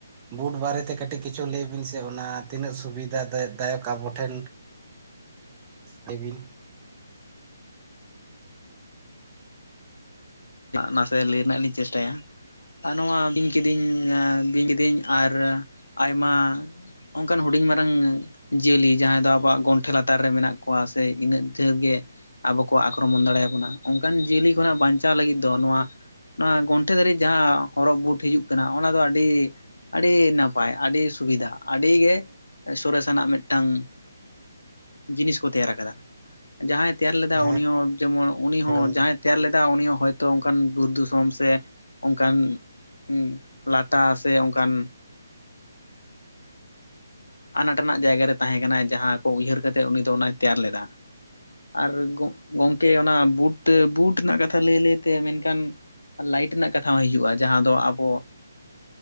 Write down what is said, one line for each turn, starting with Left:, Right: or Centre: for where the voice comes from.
Right: ᱵᱩᱴ ᱵᱟᱨᱮᱛᱮ ᱠᱟᱹᱴᱤᱡ ᱠᱤᱪᱷᱩ ᱞᱟᱹᱭ ᱵᱤᱱ ᱥᱮ ᱚᱱᱟ ᱛᱤᱱᱟᱹᱜ ᱥᱩᱵᱤᱫᱷᱟ ᱫᱟᱭᱚᱠ ᱟᱵᱚ ᱴᱷᱮᱱ ᱞᱟᱹᱭ ᱵᱤᱱ
Left: ᱱᱟᱥᱮ ᱞᱟᱹᱭ ᱨᱮᱱᱟᱜ ᱞᱤᱧ ᱪᱮᱥᱴᱟᱭᱼᱟ᱾ ᱟᱨ ᱱᱚᱣᱟ ᱵᱤᱧ ᱠᱤᱫᱤᱧ ᱵᱤᱧ ᱠᱤᱫᱟᱹᱧ ᱟᱨ ᱟᱭᱢᱟ ᱚᱱᱠᱟᱱ ᱦᱩᱰᱤᱧ ᱢᱟᱨᱟᱝ ᱡᱤᱭᱟᱹᱞᱤ ᱡᱟᱦᱟᱸᱭ ᱫᱚ ᱟᱵᱚᱣᱟᱜ ᱜᱚᱱᱴᱷᱮ ᱞᱟᱛᱟᱨ ᱨᱮ ᱢᱮᱱᱟᱜ ᱠᱚᱣᱟ ᱥᱮ ᱤᱱᱟᱹᱜ ᱡᱷᱮᱨ ᱜᱮ ᱟᱵᱚ ᱠᱚ ᱟᱠᱨᱚᱢᱚᱱ ᱫᱟᱲᱮᱭᱟᱵᱚᱱᱟ ᱚᱱᱠᱟᱱ ᱡᱤᱭᱟᱹᱞᱤ ᱠᱷᱚᱱᱟᱜ ᱵᱟᱧᱪᱟᱣ ᱞᱟᱹᱜᱤᱫ ᱫᱚ ᱱᱚᱣᱟ ᱱᱚᱣᱟ ᱜᱚᱱᱴᱷᱮ ᱫᱷᱟᱹᱨᱤᱡ ᱡᱟᱦᱟᱸ ᱦᱚᱨᱚᱜ ᱵᱩᱴ ᱦᱤᱡᱩᱜ ᱠᱟᱱᱟ ᱚᱱᱟ ᱫᱚ ᱟᱹᱰᱤ ᱟᱹᱰᱤ ᱱᱟᱯᱟᱭ ᱟᱹᱰᱤ ᱥᱩᱵᱤᱫᱟᱜᱼᱟ ᱟᱹᱰᱤ ᱜᱮ ᱥᱚᱨᱮᱥᱟᱱᱟᱜ ᱢᱤᱫᱴᱟᱝ ᱡᱤᱱᱤᱥ ᱠᱚ ᱛᱮᱭᱟᱨ ᱠᱟᱫᱟ ᱡᱟᱦᱟᱸᱭ ᱛᱮᱭᱟᱨ ᱞᱮᱫᱟ
Right: ᱦᱮᱸ
Left: ᱩᱱᱤ ᱦᱚᱸ ᱡᱮᱢᱚᱱ ᱩᱱᱤ ᱦᱚᱸ
Right: ᱜᱚᱝᱠᱮ
Left: ᱡᱟᱦᱟᱸᱭ ᱛᱮᱭᱟᱨ ᱞᱮᱫᱟ ᱩᱱᱤ ᱦᱚᱸ ᱦᱳᱭᱛᱳ ᱚᱱᱠᱟᱱ ᱵᱩᱨᱩ ᱫᱤᱥᱚᱢ ᱥᱮ ᱚᱱᱠᱟᱱ ᱦᱩ ᱞᱟᱴᱟ ᱥᱮ ᱚᱱᱠᱟᱱ
Right: <inaudible>
Left: ᱟᱱᱟᱴ ᱨᱮᱱᱟᱜ ᱡᱟᱭᱜᱟᱨᱮ ᱛᱟᱦᱮᱸ ᱠᱟᱱᱟᱭ ᱡᱟᱦᱟᱸ ᱠᱚ ᱩᱭᱦᱟᱹᱨ ᱠᱟᱛᱮᱫ ᱩᱱᱤ ᱫᱚ ᱚᱱᱟᱭ ᱛᱮᱭᱟᱨ ᱞᱮᱫᱟ ᱟᱨ ᱜᱚᱝᱠᱮ ᱚᱱᱟ ᱵᱩᱴ ᱵᱩᱴ ᱨᱮᱱᱟᱜ ᱠᱟᱛᱷᱟ ᱞᱟᱹᱭ ᱞᱟᱹᱭ ᱢᱮᱱᱠᱷᱟᱱ ᱞᱟᱭᱤᱴ ᱨᱮᱱᱟᱜ ᱠᱟᱛᱷᱟ ᱦᱚᱸ ᱦᱤᱡᱩᱜᱼᱟ ᱡᱟᱦᱟᱸ ᱫᱚ ᱟᱵᱚ